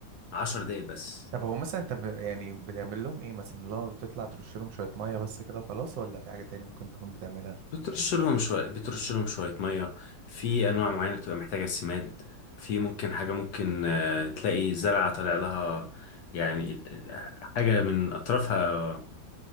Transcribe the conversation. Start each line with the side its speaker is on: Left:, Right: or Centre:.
Left: عشر دقايق بس
Right: طب هو مثلا انت ب... يعني بتعمل لهم ايه مثلا لو بتطلع ترش لهم شويه ميه بس كده وخلاص ولا في حاجه تاني ممكن تكون بتعملها
Left: بترش لهم شوية بترش لهم شوية مية في أنواع معينة بتبقى محتاجة سماد في ممكن حاجة ممكن آه، تلاقي زرعة طالع لها يعني ال- ال- حاجة من أطرافها